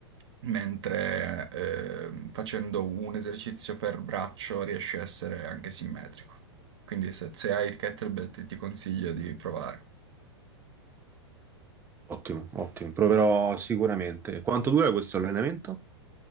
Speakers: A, on the right; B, on the right.
A: mentre eh, facendo un esercizio per braccio riesci a essere anche simmetrico. Quindi se, se hai il kettlebell ti, ti consiglio di provare.
B: Ottimo, ottimo. Proverò sicuramente. Quanto dura questo allenamento?